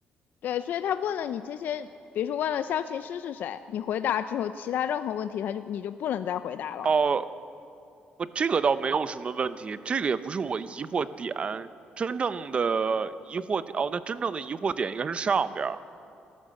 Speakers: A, on the left; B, on the right.
A: 对，所以他问了你这些，比如说问了萧琴师是谁，你回答之后，其他任何问题他就你就不能再回答了。
B: 哦，不，这个倒没有什么问题，这个也不是我疑惑点。真正的疑惑点，哦，那真正的疑惑点应该是上边儿，